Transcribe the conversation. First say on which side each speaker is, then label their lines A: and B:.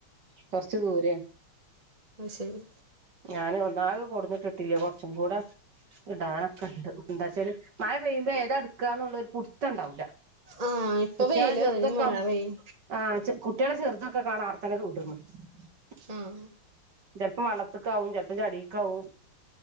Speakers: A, on the right; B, on the right.
A: കൊറച്ച് ദൂരേണ്.
B: ശെരി
A: ഞാന് ഒന്നാകെ കൊടുന്നിട്ടിട്ടില്ലേ കൊറച്ചും കൂടെ ഇടാനൊക്കെ ഇണ്ട് എന്താച്ചാല് മഴ പെയ്യുമ്പോ ഏതാ ഇട്ക്കാനുള്ളൊരു പുട്ത്തണ്ടാവൂല
B: ആഹ് ഇപ്പൊ
A: കുട്ട്യാളെ
B: വെയില്
A: ചെറ്തൊ
B: അതിന്
A: ക്ക
B: മഴ പെയ്യും
A: ആ ചെ കുട്ട്യോളെ ചെറ്തൊക്കെ കാണ ആട്തന്നെ <unintelligible>
B: ആഹ്
A: ചെൽപ്പം വള്ളത്ത്ക്കാവും ചെലപ്പം ചളീക്കാവും.